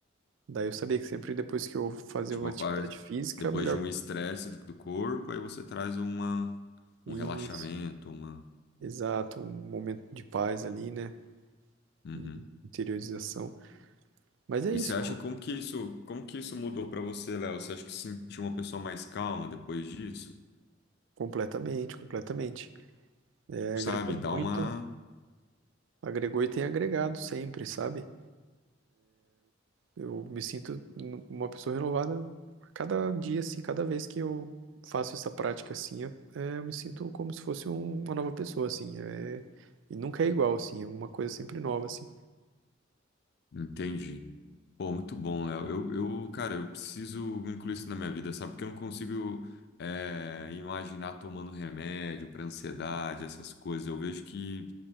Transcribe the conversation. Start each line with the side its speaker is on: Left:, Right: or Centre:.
Right: Daí eu sabia que sempre depois que eu fazia
Left: Tipo,
Right: uma atividade
Left: a par-
Right: física,
Left: depois
Right: melhor.
Left: de um estresse do, do corpo, aí você traz uma,
Right: Isso,
Left: um relaxamento, uma.
Right: exato, um momento de paz ali, né?
Left: Uhum.
Right: De Interiorização. Mas é
Left: E
Right: isso,
Left: você acha como que isso, como que isso mudou pra você, Léo? Você acha que se sentiu uma pessoa mais calma depois disso?
Right: completamente, completamente. É,
Left: Sabe,
Right: agregou muito,
Left: dá uma.
Right: agregou e tem agregado sempre, sabe? Eu me sinto n- uma pessoa renovada a cada dia, assim, cada vez que eu faço essa prática, assim, eu, é, eu me sinto como se fosse um- uma nova pessoa, assim. É, e nunca é igual, assim, é uma coisa sempre nova, assim.
Left: Entendi. Pô, muito bom, Léo. Eu, eu, cara, eu preciso incluir isso na minha vida, sabe? Porque eu não consigo, é, imaginar tomando remédio pra ansiedade, essas coisas. Eu vejo que